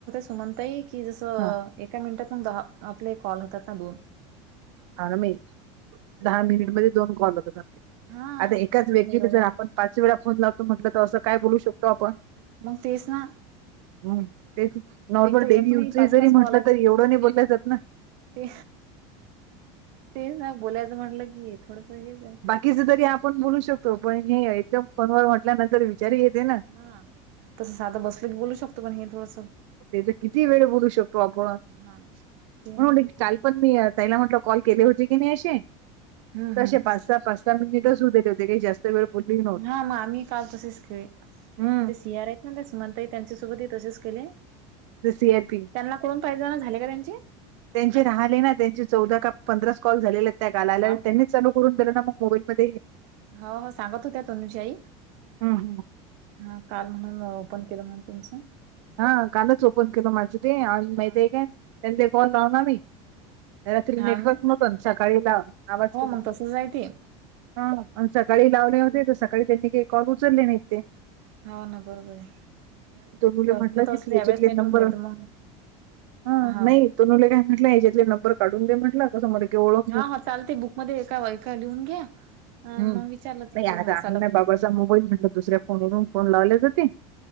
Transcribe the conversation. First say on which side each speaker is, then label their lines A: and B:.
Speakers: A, on the right (about 60°); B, on the right (about 80°).
A: ते म्हणताय की जस
B: हां,
A: एका मिनिटात मग दहा आपले कॉल होतात ना दोन.
B: ह म दहा मिनिटमध्ये दोन कॉल होतात आपले
A: हा
B: आता एकाच वेगळीने
A: मी एवढं
B: जर आपण. पाच वेळा फोन लावतो म्हटलं तर असं काय बोलू शकतो आपण.
A: मग तेच ना.
B: हम तेच नॉर्मल
A: आणि एक तर
B: डेली
A: एक नाही
B: य
A: पाच
B: जरी
A: पाच कॉल
B: म्हटलं
A: आहेत
B: तरी एवढं नाही बोललाय जात ना.
A: ते तेच ना बोलायचं म्हटलं की थोडस हेच आहे.
B: बाकीच तरी आपण बोलू शकतो पण हे एकदम फोनवर म्हटल्यानंतर विचारी येते ना.
A: हा तसं साधं बसलो की बोलू शकतो पण हे थोडंसं
B: ते तर किती वेळ बोलू शकतो आपण.
A: हा ते
B: म्हणून
A: ना
B: काल पण मी ताई ला म्हटलं कॉल केले होती की नाही अेशे
A: हम्म
B: तसे
A: हम्म
B: पास. त पाच स मिनिटच हो ते होते काही जास्त. त्यागळे पोलली.
A: हा मग आम्ही काल तसेच केले
B: हम्म
A: ते सियार आहेत ना ते सुमताई त्यांच्यासोबतही तसेच केले.
B: The C R P.
A: त्यांना कून पाहिजे ना झाले का त्यांची.
B: त्यांचे राहिले ना त्यांचे चौदा का पंधरा कॉल झालेले त्या गालाला
A: हाव
B: त्यांनी
A: का
B: चालू. होऊन दिला ना मग मोबाईलमध्ये.
A: हो हो सांगत होत्या तनुजाई.
B: हम् हम्.
A: हा काल म्हणून ओपन केलं म्ह तुमचं?
B: हा कालच ओपन केलं माझं ते आणि माहिती
A: हा
B: आहे का त्यां ते कॉल लाव ना मी. रात्री
A: हा
B: नेटवर्क
A: हो
B: मून सकाळीला आवाज
A: मग तसच आहे ते
B: हा आण सकाळी लावले होते तर सकाळी त्यांनी काही कॉल उचलले नाहीत ते.
A: हो ना बरोबर आहे.
B: मूले
A: ते असलं
B: म्हट
A: तर
B: की
A: असलं
B: तू
A: यावेळेस
B: हच्यातले
A: नेटवर्क
B: नंबर
A: नाही तर मग
B: ह
A: हा
B: नाही. तो मुले काय म्हटला याच्यातले नंबर काढून दे म्हटलं. कसा मध्ये तेवढं.
A: हा हा चालते बुकमध्येध्ये एका एका लिहून घ्या.
B: हम्
A: मग विचारलं चालते
B: नाही आता आहे
A: साधा
B: ना
A: फोन
B: बाबाचा
A: करून
B: मोबाईल म्हटलं दुसऱ्या फोनवरून फोन लावले जाते.